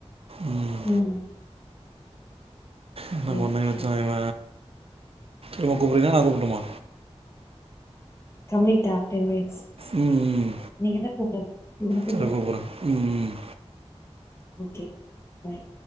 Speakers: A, on the right; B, on the left.
A: ம்
B: உம்
A: என்ன பண்ணி
B: ஓகே
A: வச்சா இவ நமா கூப்பிறீங்கா நான் கூப்பிட்டுமா
B: கம்ப்ளீட்டா டென் மினிட்ஸ்
A: உம் உம்
B: நீங்கதா கூப்டனு இதுல கூப்ட
A: சரி
B: முடியாது
A: கூப்பிடுறேன் உம் உம்
B: ஓகே பாய்